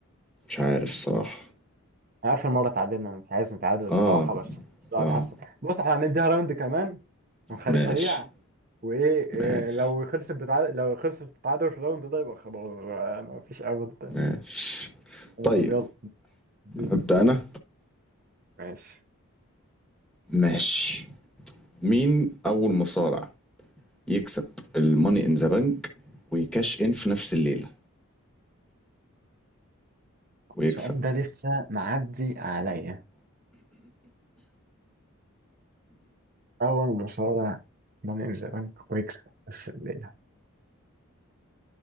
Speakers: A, in the centre; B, on the right (about 40°).
A: مش عارف الصراحه
B: يعني اخر مره تعادلنا مش عايز نتعادل الصراحه
A: اه
B: بس بس
A: اه
B: حاسس بص احنا هنديها راوند كمان ونخليه
A: ماشي
B: سريع وايه إيه،
A: ماشي
B: لو خلصت بتعادل لو خلصت بتعادل في الراوند ده يبقى خلاص بقى مفيش امل تاني
A: ماشي
B: بس
A: طيب
B: يلا دي
A: أبدأ أنا
B: ماشي
A: ماشي مين أول مصارع يكسب الماني إن ذا بنك ويكاش إن في نفس الليلة ويكسب
B: السؤال ده لسه معدي عليا اول مصارع ماني ان ذا بانك ويكسب نفس الليله